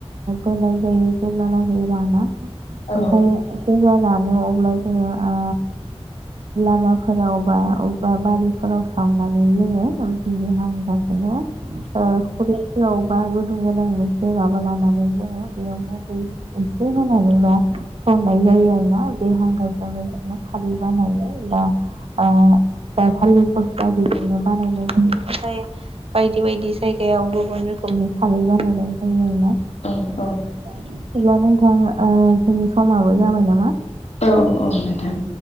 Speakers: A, on the right; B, on the left.
A: दोननाय जायो जेब्ला लागै राना
B: औ
A: ओमफ्राय जेब्ला रानो अब्ला जोङो आ लामाफोराव बा अबेबा बारिफोराव सावनानै जों बिनि हांगारखौनो आ खुरै फोरावबा गुदुं गोनां मोनसे माबा लानानै जोङो बेयावनो दै एसे होनानैबा सरनाय जायो आरोना बे हांगारजोंनो जोङो खारै बानायो बा आ जा थालिर फस्ला बेजोंनो बानायनाय जायो, जायो बायदि बायदि जायगायाव गुबुन रोखोमनि खारै बानायनाय जायो आरोना
B: औ-औ
A: अब्ला नोंथां जोंनि समाबो जाबाय नामा
B: औ-औ नोंथां